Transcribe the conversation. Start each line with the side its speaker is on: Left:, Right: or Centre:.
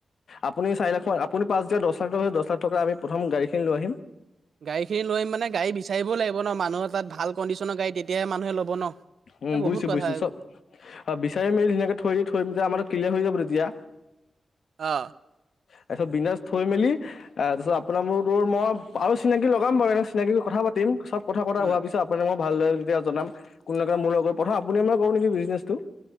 Left: আপুনি চাৰি লাখ ম আপুনি পাঁছ দিয় দশলাখ হৈছে দছ লাখ টকা আমি প্ৰথম গাড়ীখিন লৈ আহিম।
Right: গাড়ীখিনি লৈ আহিম মানে গাড়ী বিচাৰিব লাগিব ন মানুহ তাত ভাল কডিনৰ গাড়ী তেতিয়াহে মানুহে লব। ন
Left: উম
Right: এই
Left: বুইছো
Right: বহুত কথা
Left: বুইছো চব বিচাৰি মেলি ধুনীয়াকে থৈ দি থৈ আমাৰ ক্লিয়াৰ হৈ যাব তেতিয়া।
Right: অ'
Left: তাৰপিছত বিনাজ থৈ মেলি আহ তাৰপিছত আপোনালোক তোৰ মই আৰু চিনাকি লগাম বাৰু এনে চিনাকি কথা পা <unintelligible> কথা পতা
Right: উম,
Left: হোৱাৰ পিছত আপোনাক মই ভালদৰে তেতিয়া জনাম কোনো মোৰ লগৰ, প্ৰথম আপুনি মই কৰো নেকি বিজনেছটো?